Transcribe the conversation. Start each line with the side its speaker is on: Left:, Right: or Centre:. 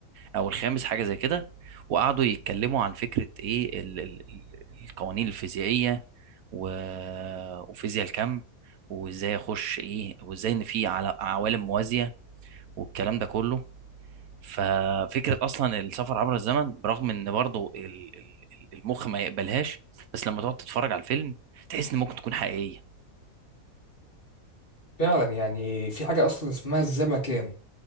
Right: او الخامس حاجه زي كده وقعدوا يتكلموا عن فكره ايه ال ال ال- القوانين الفيزيائيه و... وفيزياء الكم وازاي اخش ايه وازاي ان في عل- عوالم موازيه والكلام ده كله ففكره اصلا السفر عبر الزمن برغم ان برضو ال- ال- ال- المخ ما يقبلهاش بس لما تقعد تتفرج على الفيلم تحس ان ممكن تكون حقيقيه
Left: فعلا يعني في حاجه اصلا اسمها الزمكان